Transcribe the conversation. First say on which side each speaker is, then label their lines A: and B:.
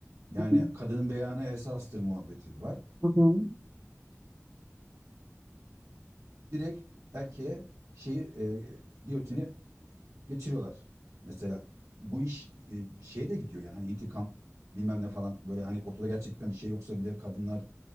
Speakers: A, on the right (about 70°); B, on the right (about 30°).
A: Yani
B: hı hı,
A: kadının beyanı esastır muhabbeti var.
B: hı hı.
A: Direkt erkeğe şeyi e, giyotini geçiriyorlar. Mesela bu iş e, şeye de gidiyor yani hani intikam bilmem ne falan böyle hani ortada gerçekten bir şey yoksa bile kadınlar